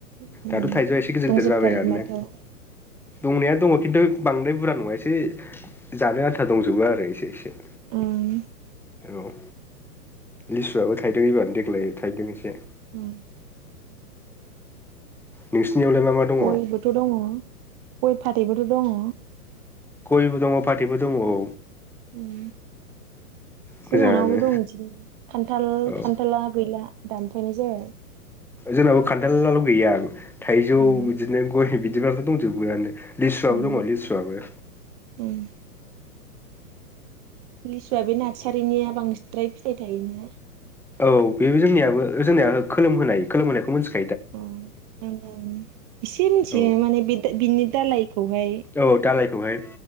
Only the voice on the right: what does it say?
उम
दंजोबथारो
होनबाथ'
उम
ओं
उम
गइबोथ' दङ गइ फाथैबोथ' दङ?
उम
जोंहानावबो दं इदिनो खान्थाल
खान्थाला गैला। दानफानाय जाय
उम
उम
उम लिसुआ बे नार्सारिनिया बांसद्राय फिथाइ थायोना?
अ ओ इसे मिथियो
माने बे दालाइ बिनि दालायखौहाय